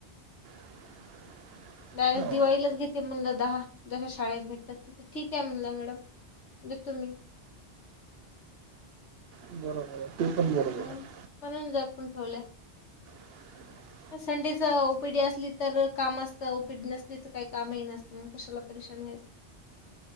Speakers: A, on the right (about 65°); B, on the left (about 80°).
A: <inaudible>
B: डायरेक्ट
A: हो,
B: दिवाळीलाच घेते म्हणल दहा जशा शाळेत भेटतात तस, ठीक आहे म्हटल मॅडम देतो मी.
A: बरोबर आहे, ते पण बरोबर
B: म्हणून
A: आहे.
B: म्हणून जपून ठेवल्या
A: <unintelligible>
B: संडेच ओपीडी असली तर काम असतं, ओपीडी नसली तर काही कामही नसतं. मग कशाला परेशान व्हायचं